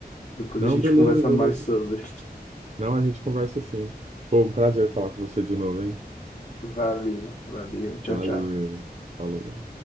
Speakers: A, on the left; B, on the right.
A: Depois
B: Não,
A: a gente
B: beleza,
A: conversa
B: beleza.
A: mais sobre.
B: Não, a gente conversa assim. Pô, um prazer falar com você de novo, hein?
A: Valeu, valeu, tchau,
B: Valeu.
A: tchau.
B: Falou.